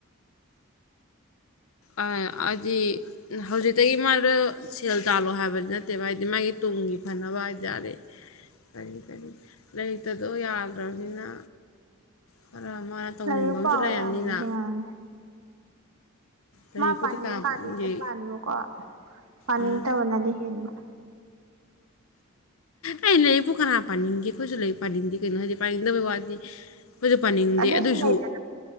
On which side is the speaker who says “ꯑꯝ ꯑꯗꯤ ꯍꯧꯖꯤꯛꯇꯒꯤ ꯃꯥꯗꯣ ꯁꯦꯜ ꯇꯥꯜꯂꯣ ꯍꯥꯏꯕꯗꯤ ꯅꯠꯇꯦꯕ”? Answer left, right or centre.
Left